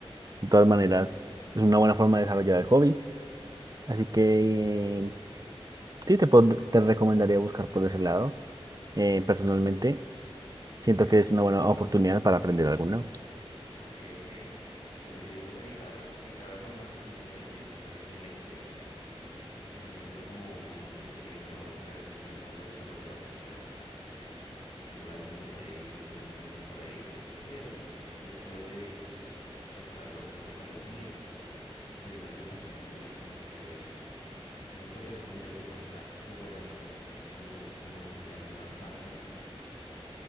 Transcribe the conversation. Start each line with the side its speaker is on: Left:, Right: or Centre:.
Right: De
Left: Ah,
Right: todas
Left: sup-
Right: maneras, es una buena forma de desarrollar el hobby. Así que eh, sí, te, pod- te recomendaría buscar por ese lado. Eh, personalmente,
Left: ok,
Right: siento que es una buena oportunidad para aprender algo nuevo.
Left: ok, ok. Tal vez iría por la guitarra, la guitarra normal inicialmente y después una guitarra eléctrica, que siempre ha sido como un gusto que quería, pero realmente nunca lo he desarrollado. O sea, alguna vez lo intenté y creo que nunca me fui por ahí, pero el hecho de tocarlo, o sea, tocarlo bien Creo que sería un aprendizaje muy, muy chévere. Incluso podríamos hacer un dueto, Juan, ah, o bueno, un, un grupo, como lo llames, una banda.